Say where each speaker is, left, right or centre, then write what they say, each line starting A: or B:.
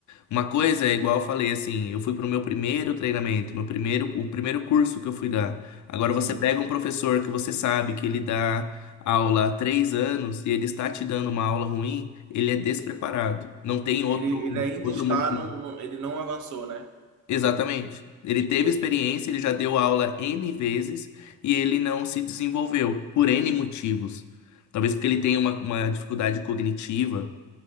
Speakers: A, on the left; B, on the right.
A: Uma coisa é igual eu falei assim, eu fui pro meu primeiro treinamento, meu primeiro, o primeiro curso que eu fui dar. Agora
B: sim,
A: você pega um professor que você sabe que ele dá aula há três anos e ele está te dando uma aula ruim, ele é despreparado. Não tem
B: ele,
A: outro,
B: ele ainda
A: outro
B: está,
A: motivo.
B: no, no- ele não avançou, né?
A: Exatamente. Ele teve experiência, ele já deu aula N vezes e ele não se desenvolveu por N motivos. Talvez porque ele tenha uma, uma dificuldade cognitiva.